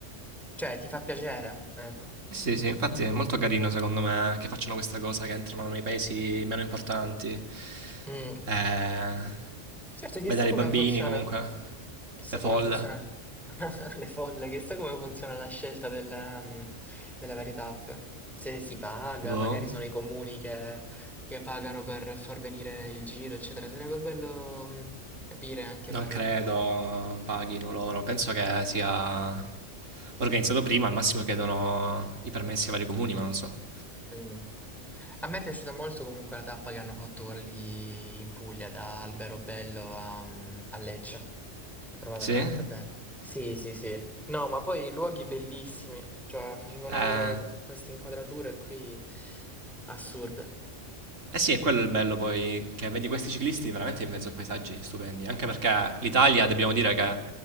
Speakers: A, in the centre; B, on the right.
A: cioè ti fa piacere, ecco.
B: Sì, sì, infatti è molto carino secondo me che facciano questa cosa che entrano nei paesi meno importanti.
A: Mh.
B: Eh,
A: Certo, chissà
B: vedere
A: come
B: i bambini
A: funziona,
B: comunque,
A: chissà
B: le folle.
A: come funziona <laughs> le folle, chissà come funziona la scelta della, mm, delle varie tappe. Se si paga,
B: Boh,
A: magari sono i comuni che, che pagano per far venire il giro, eccetera. Sarebbe bello, mm, capire anche
B: non
A: per,
B: credo paghino loro. Penso che sia organizzato prima, al massimo chiedono i permessi ai vari comuni, ma non so.
A: Mm. A me è piaciuta molto comunque la tappa che hanno fatto quella lì in Puglia, da Alberobello a, mm, a Lecce. L'ho Trovata
B: Sì?
A: veramente bella. Sì, sì, sì. No, ma poi luoghi bellissimi, cioè facevano
B: Eh,
A: vedere que- queste inquadrature qui assurde.
B: Eh sì, è quello il bello poi, che vedi questi ciclisti veramente in mezzo a paesaggi stupendi, anche perché l'Italia, dobbiamo dire che